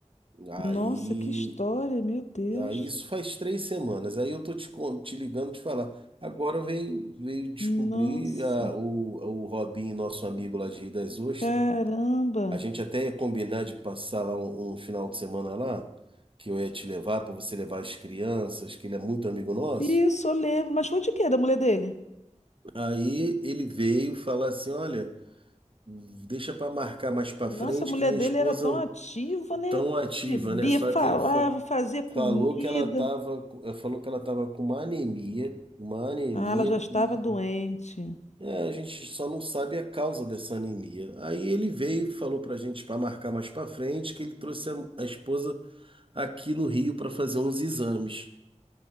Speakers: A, on the right; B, on the left.
A: Aí,
B: Nossa, que história, meu Deus.
A: aí isso faz três semanas. Aí eu tô te, con- te ligando te falar. Agora veio, veio descobrir
B: Nossa,
A: a- o, o Robinho, nosso amigo lá de Rio das Ostras.
B: caramba.
A: A gente até ia combinar de passar lá um, um final de semana lá, que eu ia te levar para você levar as crianças, que ele é muito amigo nosso.
B: Isso, eu lembro. Mas foi de quê? Da mulher dele?
A: Aí ele veio falar assim, olha, deixa para marcar mais para
B: Nossa,
A: frente
B: a mulher
A: que minha
B: dele
A: esposa
B: era tão ativa, né?
A: tão ativa,
B: Bebia,
A: né? Só
B: falava,
A: que ele fa-
B: fazia comida.
A: falou que ela tava, co- eh, falou que ela tava com uma anemia, uma anemia
B: Ah, ela já estava
A: e
B: doente.
A: é, a gente só não sabe a causa dessa anemia. Aí ele veio e falou pra gente para marcar mais para frente que ele trouxe a a esposa aqui no Rio para fazer uns exames.